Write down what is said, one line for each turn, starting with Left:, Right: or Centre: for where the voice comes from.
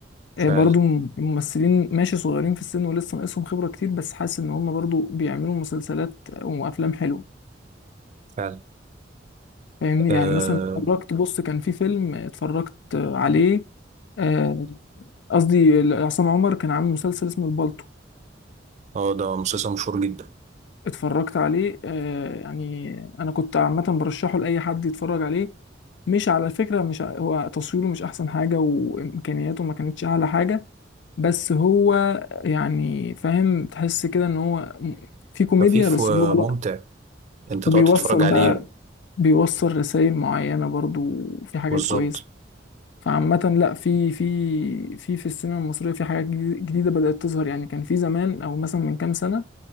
Left: آه،
Right: فعلا
Left: برضو الممثلين ماشي صغيرين في السن ولسه ناقصهم خبرة كتير بس حاسس ان هم برضو بيعملوا مسلسلات وافلام حلوة
Right: فعلا
Left: فاهمني
Right: اه
Left: يعني مثلا اتفرجت بص كان في فيلم اتفرجت عليه آه، قصدي عصام عمر كان عامل مسلسل اسمه البالتو
Right: آه، ده مسلسل مشهور جدا
Left: اتفرجت عليه آه، يعني انا كنت عامة برشحه لأي حد يتفرج عليه مش على فكرة مش ع- هو تصويره مش احسن حاجة وامكانياته ما كانتش اعلى حاجة بس هو يعني فاهم تحس كده ان هو في كوميديا
Right: خفيف
Left: بس
Right: وممتع
Left: اللي هو لا
Right: انت
Left: وبيوصل
Right: تقعد تتفرج عليه
Left: بقى بيوصل رسائل معينة برضو وفي حاجات
Right: بالظبط
Left: كويسة فعامة لا في في في في السينما المصرية في حاجات جديد- جديدة بدأت تظهر يعني كان في زمان او مثلا من كام سنة